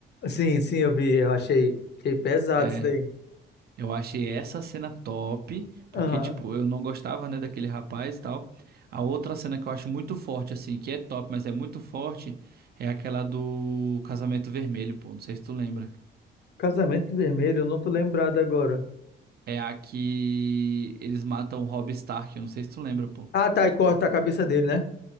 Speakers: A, on the left; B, on the right.
A: Sim, sim, eu vi, eu achei, achei pesado
B: É.
A: isso daí.
B: Eu achei essa cena top, porque,
A: Aham.
B: tipo, eu não gostava, né, daquele rapaz e tal. A outra cena que eu acho muito forte, assim, que é top, mas é muito forte, é aquela do casamento vermelho, pô. Não sei se tu lembra.
A: Casamento Vermelho, eu não tô lembrado agora.
B: É a que eles matam o Robb Stark, eu não sei se tu lembra, pô.
A: Ah, tá, e corta a cabeça dele, né?